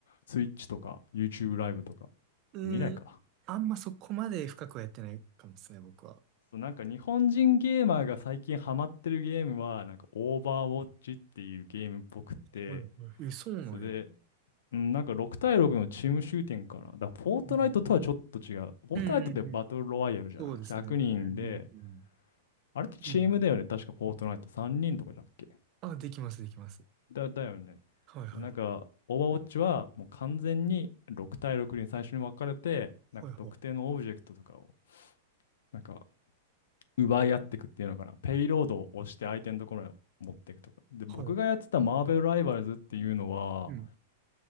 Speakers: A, on the left; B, on the right.
A: ?Twitch とか YouTube ライブとか。
B: うーん、
A: 見ないか。
B: あんまそこまで深くはやってないかもですね、僕は。
A: そうなんか日本人ゲーマーが最近ハマってるゲームは、なんかオーバーウォッチっていうゲームっぽくって、
B: はいはい。え、そうなんや。
A: それで
B: うん
A: うん、なんか6対6のチームシューティングかな。だからフォートナイトとはちょっと違う。
B: うん。
A: フォートナイトってバトルロワイヤルじゃない
B: うんうんうんうんそうですね。
A: ?100 人で、
B: うんうん
A: あれってチームだよね。
B: うん。うん。
A: 確かフォートナイト3人とかだっけ
B: あ、できます、できます。
A: だ、だよね。
B: はいはい。
A: そうなんか、オーバーウォッチはもう完全に6対6に最初に分かれて、なんか特定のオブジェクトとかを、
B: はいはい。
A: なんか奪い合っていくっていうのかな。ペイロードを押して相手のところに持っていくとか。で、僕がやってたマーベルライバルズっていうのは、
B: はい。うん。